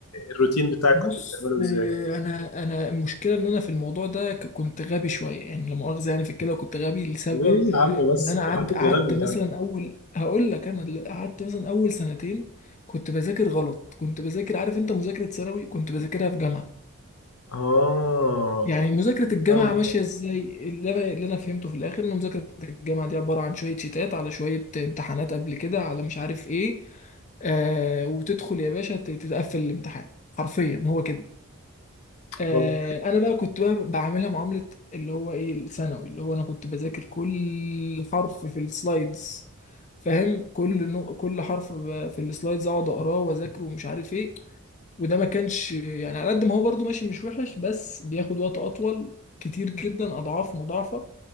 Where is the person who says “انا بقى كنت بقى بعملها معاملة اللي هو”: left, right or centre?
Left